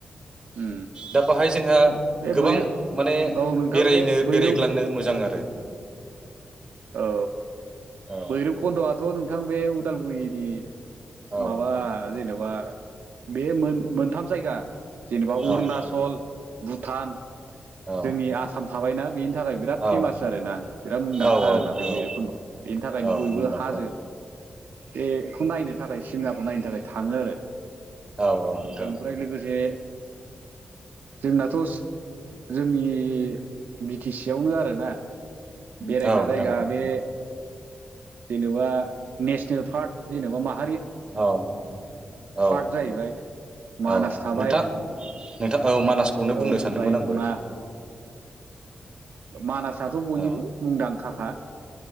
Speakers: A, on the right (about 80°); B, on the right (about 30°).
A: उम
B: दा बाहाय जोंहा
A: बे
B: गोबां
A: बैरो
B: माने
A: औ नोंथां
B: बेरायनो
A: बे बैरौ
B: बेरायग्लांनो मोजां आरो
A: औ
B: औ
A: भैरब खुन्द'आथ' नोंथां बे उदालगुरिनि
B: औ
A: माबा
B: नोंथां
A: जेनेबा बे मोन मोनथाम जायगा जेनेबा अरुनाचल
B: औ नोंथां
A: भुटान
B: औ
A: जोंनि आसाम थाबायना बेनि थाखाय बिराद फेमास
B: औ
A: आरोना बिराद मुंदांखा
B: औ
A: खा आरोना
B: नोंथां
A: बे मैरुफोरनाव
B: औ
A: बेनि थाखायनो
B: औ
A: बयबो
B: मुंदांखा
A: हाजो बेखौ नायनो थाखाय सिमनाखौ नायनो थाखाय थाङो आरो
B: औ औ नोंथां
A: ओमफ्राय लोगोसे जोंनाथ' जोंनि बि टि सि आवनो आरोना। बेरायग्रा
B: औ नोंथां
A: जायगा
B: औ
A: बे जेनेबा नेसनेल पार्क जेनेबा मा
B: औ औ
A: पार्ट जाहैबाय मानास
B: औ
A: थाबाय
B: नोथां नोंथां औ मानासखौनो
A: औ
B: बुंनो सानदोंमोन
A: रायमना
B: आंबो
A: मानासाथ' बयनिबो
B: औ
A: मुंदांखाखा